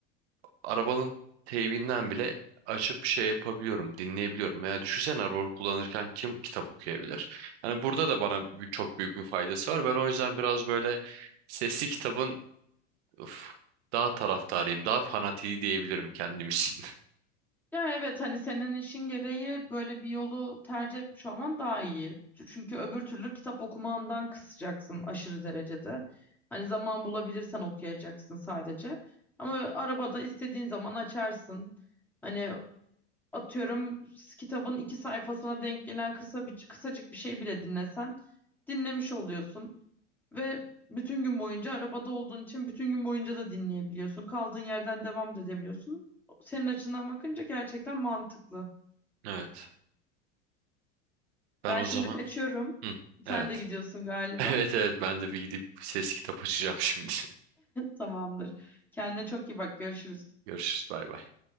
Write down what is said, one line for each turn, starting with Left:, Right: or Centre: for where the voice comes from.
Right: arabanın teybinden bile açıp şey yapabiliyorum, dinleyebiliyorum. Veya düşünsene araba kullanırken kim kitap okuyabilir? Hani burada da bana bir- çok büyük bir faydası var. Ben o yüzden biraz böyle sesli kitabın öf, daha taraftarıyım, daha fanatiği diyebilirim kendim için.
Centre: Yani evet hani senin işin gereği böyle bir yolu tercih etmiş olman daha iyi. Çünkü öbür türlü kitap okumandan kısacaksın aşırı derecede. Hani zaman bulabilirsen okuyacaksın sadece. Ama arabada istediğin zaman açarsın. Hani atıyorum kitabın iki sayfasına denk gelen kısa bir, kısacık bir şey bile dinlesen dinlemiş oluyorsun. Ve bütün gün boyunca arabada olduğun için bütün gün boyunca da dinleyebiliyorsun. Kaldığın yerden devam da edebiliyorsun. Senin açından bakınca gerçekten mantıklı.
Right: <laughs> Evet. Ben
Centre: Ben
Right: o
Centre: şimdi
Right: zaman
Centre: kaçıyorum.
Right: şimdi Hı,
Centre: Sen
Right: tamam. evet.
Centre: de gidiyorsun galiba.
Right: <laughs> Evet evet ben de bir gidip ses kitap açacağım şimdi.
Centre: Tamamdır. Kendine çok iyi bak. Görüşürüz.
Right: <laughs> Görüşürüz bay bay.